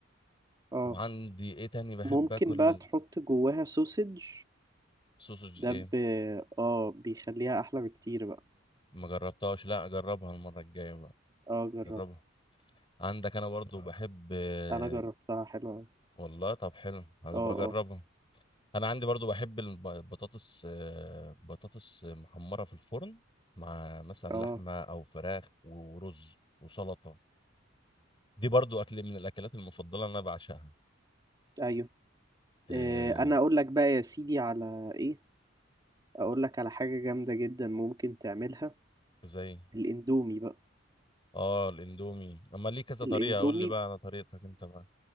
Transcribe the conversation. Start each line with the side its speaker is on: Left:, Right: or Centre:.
Right: اه
Left: وعندي ايه تاني بحب
Right: ممكن
Left: اكل
Right: بقى تحط جواها سوسج
Left: سوسج
Right: ده
Left: ايه
Right: ب... اه بيخليها احلى بكتير بقى
Left: ما جربتهاش لا جربها المرة الجاية بقى
Right: اه جربت
Left: جربها عندك انا برضو بحب آه،
Right: انا جربتها حلوة أوي.
Left: والله طب حلو هبقى
Right: اه آه.
Left: اجربها انا عندي برضو بحب الب- البطاطس آه، بطاطس محمرة في الفرن مع مثلا
Right: اه
Left: لحمة او فراخ ورز وسلطة دي برضو اكل من الاكلات المفضلة اللي انا بعشقها
Right: ايوه
Left: آه،
Right: آه، انا اقول لك بقى يا سيدي على ايه اقول لك على حاجة جامدة جدا ممكن تعملها
Left: زي
Right: الاندومي بقى
Left: اه الاندومي اما ليه كذا
Right: الاندومي
Left: طريقة اقول لي بقى على طريقتك انت بقى